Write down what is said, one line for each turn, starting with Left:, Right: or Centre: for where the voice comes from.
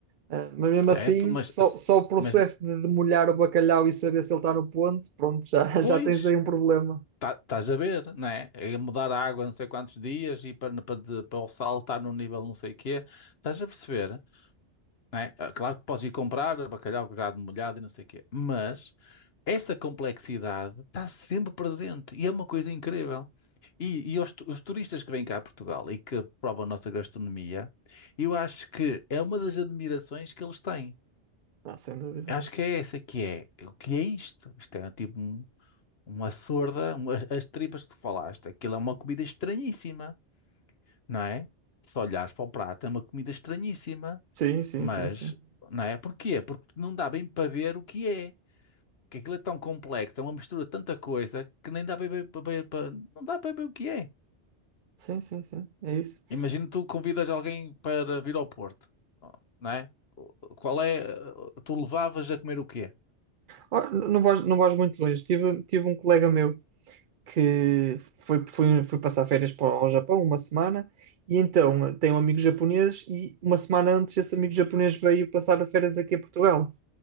Right: Ah, mas mesmo
Left: certo?
Right: assim,
Left: Mas,
Right: só, só o processo
Left: mas
Right: de demolhar o bacalhau e saber se ele está no ponto, pronto, já,
Left: pois,
Right: <laughs> já tens aí um problema.
Left: tá- estás a ver, não é? É mudar a água não sei quantos dias e para, para, de- para o sal estar no nível não sei o quê. Estás a perceber? né? Ah, Claro que podes ir comprar bacalhau já molhado e não sei o quê, mas essa complexidade está sempre presente e é uma coisa incrível. E, e os, tu- os turistas que vêm cá a Portugal e que provam a nossa gastronomia, eu acho que é uma das admirações que eles têm.
Right: Ah, sem dúvida.
Left: Eu acho que é essa que é. O que é isto? Isto é tipo um- uma sorda, uma- as tripas que tu falaste. Aquilo é uma comida estranhíssima, não é? Se olhares para o prato, é uma comida estranhíssima.
Right: Sim, sim,
Left: Mas,
Right: sim, sim.
Left: não é? Porquê? Porque não dá bem para ver o que é. Porque aquilo é tão complexo, é uma mistura de tanta coisa que nem dá bem, bem, para ver para- não dá bem, bem o que é.
Right: Sim, sim, sim. É isso.
Left: Imagina tu convidas alguém para vir ao Porto, não é? Qual é? eh, Tu levavas a comer o quê?
Right: Ó, n- não vais, não vais muito longe. Tive, tive um colega meu que foi, foi, foi passar férias para o Japão uma semana e então eh, tem um amigo japonês e uma semana antes esse amigo japonês veio passar férias aqui a Portugal